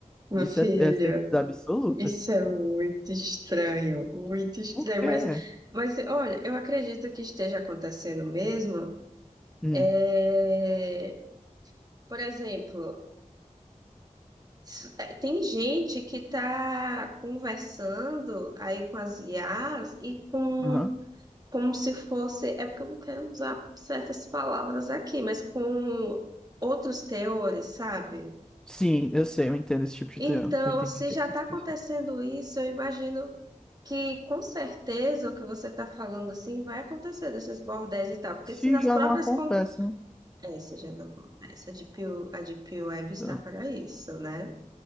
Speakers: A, on the right; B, in the centre.
A: meu
B: Isso
A: filho,
B: é, é certeza absoluta.
A: isso é muito estranho, muito estranho.
B: Por quê?
A: Mas, mas olha, eu acredito que esteja acontecendo mesmo.
B: Hum.
A: É, Por exemplo, s- é, tem gente que está conversando aí com as IAs e com
B: aham.
A: como se fosse, é porque eu não quero usar certas palavras aqui, mas com outros teores, sabe?
B: Sim, eu sei, eu entendo esse tipo de
A: Então,
B: teor. Eu entendo
A: se
B: o que
A: já está
B: você
A: acontecendo
B: quis falar.
A: isso, eu imagino que com certeza o que você está falando assim vai acontecer desses bordéis e tal, porque
B: Se
A: se nas
B: já
A: próprias
B: não acontece,
A: con-
B: né?
A: essa já não acontece, a Deep, a Deep Web está
B: Eu-
A: para isso, né?